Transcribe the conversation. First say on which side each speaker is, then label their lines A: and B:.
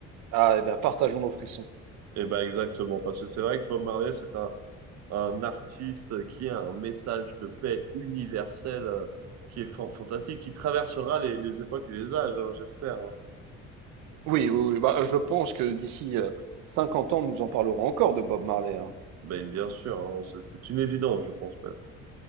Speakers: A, on the right; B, on the right.
A: Ah, eh bien, partageons nos frissons.
B: Et bah exactement, parce que c'est vrai que Bob Marley, c'est un, un artiste qui a un message de paix universel euh, qui est fan- fantastique, qui traversera les, les époques et les âges, hein, j'espère. hein.
A: Oui, oui, oui. Bah, euh, je pense que d'ici euh, 50 ans, nous en parlerons encore de Bob Marley, hein.
B: Ben, bien sûr, hein, c'est c'est une évidence, je pense.